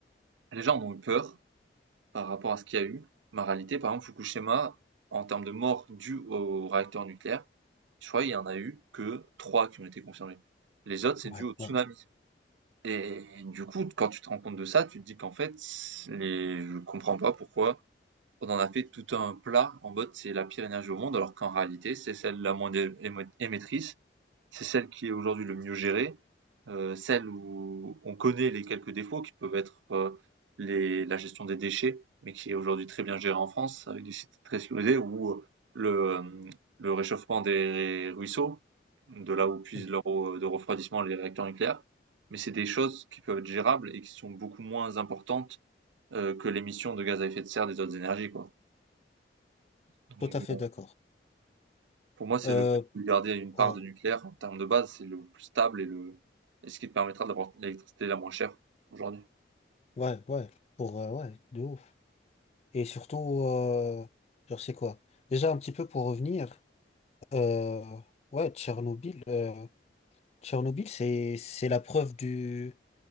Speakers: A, on the right (about 85°); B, on the left (about 35°).
A: les gens en ont eu peur par rapport à ce qu'il y a eu. Mais en réalité, par exemple, Fukushima, en termes de morts dues au réacteur nucléaire, je crois qu'il y en a eu que trois qui ont été confirmés. Les autres, c'est
B: ouais,
A: dû au tsunami.
B: ouais.
A: Et du coup, quand tu te rends compte de ça, tu te dis qu'en fait, les... je comprends pas pourquoi on en a fait tout un plat en mode c'est la pire énergie au monde, alors qu'en réalité, c'est celle la moins émettrice, c'est celle qui est aujourd'hui le mieux gérée, euh, celle où on connaît les quelques défauts qui peuvent être euh, les, la gestion des déchets, mais qui est aujourd'hui très bien gérée en France avec des sites très soudés où euh, le, euh, le réchauffement des ruisseaux, de là où puisent
B: Mm.
A: leur eau de refroidissement les réacteurs nucléaires, mais c'est des choses qui peuvent être gérables et qui sont beaucoup moins importantes euh, que l'émission de gaz à effet de serre des autres énergies, quoi. Donc,
B: Tout à fait
A: bon,
B: d'accord.
A: pour moi, c'est
B: Euh,
A: le but de garder une part
B: ouais,
A: de nucléaire en termes de base, c'est le plus stable et le et ce qui te permettra d'avoir l'électricité la moins chère aujourd'hui.
B: ouais, ouais. Pour, euh, ouais, de ouf. Et surtout, euh, genre, c'est quoi? Déjà, un petit peu pour revenir, euh, ouais, Tchernobyl, euh, Tchernobyl, c'est, c'est la preuve du,